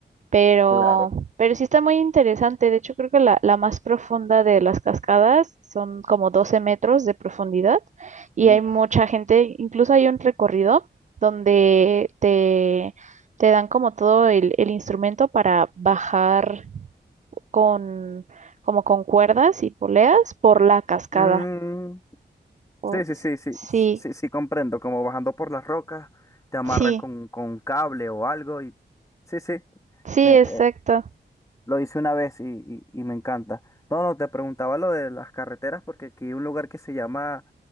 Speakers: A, on the right; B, on the left.
A: Pero,
B: claro.
A: pero sí está muy interesante. De hecho, creo que la, la más profunda de las cascadas son como 12 metros de profundidad y
B: uf.
A: hay mucha gente, incluso hay un recorrido donde te, te dan como todo el, el instrumento para bajar con, como con cuerdas y poleas por la cascada.
B: Mm.
A: O-
B: Sí, sí, sí, sí,
A: sí,
B: sí, sí, comprendo. Como bajando por las rocas, te amarran
A: sí,
B: con, con un cable o algo y... Sí, sí,
A: sí,
B: me,
A: exacto.
B: lo hice una vez y, y- y me encanta. No, no, te preguntaba lo de las carreteras porque aquí hay un lugar que se llama